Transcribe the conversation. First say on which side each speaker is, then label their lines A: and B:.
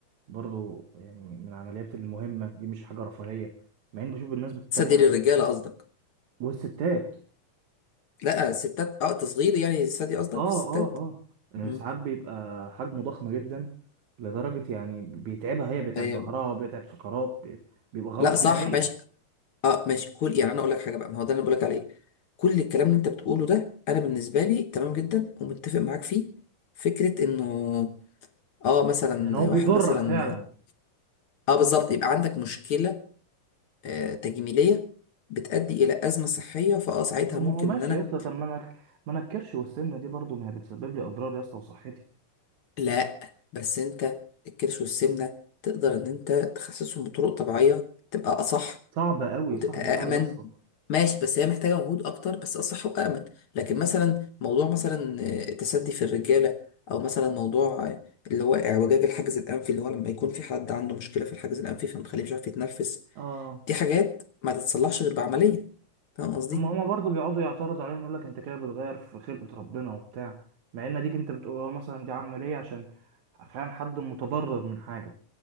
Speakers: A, on the right (about 60°); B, on the left (about 60°).
A: برضو يعني من العمليات المهمه دي مش حاجه رفاهيه مع اني بشوف الناس بتتريق
B: تصدق للرجالة
A: عليه
B: قصدك
A: والستات
B: لا الستات اه تصغير يعني الستات دي قصدك
A: اه
B: في الستات
A: اه اه يعني
B: مم.
A: ساعات بيبقى حجمه ضخم جدا لدرجه يعني بيتعبها هي بيتعب
B: طيب
A: ظهرها بيتعب فقرات بي- بيبقى غلط
B: لا صح
A: عليها هي
B: ماشي اه ماشي كل يعني انا اقول لك حاجه بقى ما هو ده اللي بقول لك عليه كل الكلام اللي انت بتقوله ده انا بالنسبه لي تمام جدا ومتفق معاك فيه فكره انه اه مثلا
A: يعني هو بيضرك
B: واحد مثلا
A: فعلا
B: اه بالظبط يبقى عندك مشكله آه تجميليه بتؤدي الى ازمه صحيه فاه ساعتها
A: طب ما
B: ممكن
A: هو ماشي
B: ان انا
A: يا اسطى طب ما انا ما انا الكرش والسمنه دي برضو ما هي بتسبب لي اضرار يا اسطى وصحتي
B: لا بس انت الكرش والسمنه تقدر ان انت تخسسهم بطرق طبيعيه تبقى اصح
A: صعبه قوي
B: وتبقى
A: صعبه
B: أأمن
A: قوي يا اسطى
B: ماشي بس هي محتاجة مجهود أكتر بس أصح وأأمن لكن مثلا موضوع مثلا آه، التسدي في الرجالة أو مثلا موضوع آه، اللي هو اعوجاج الحاجز الأنفي اللي هو لما يكون في حد عنده مشكلة في الحاجز الأنفي فمخليه مش عارف يتنفس
A: اه
B: دي حاجات ما تتصلحش غير بعملية فاهم قصدي؟
A: طب ما هما برضو بيقعدوا يعترضوا عليهم يقول لك انت كده بتغير في خلقه ربنا وبتاع مع ان ديك انت بتقول اه مثلا دي عمليه عشان فعلا حد متضرر من حاجه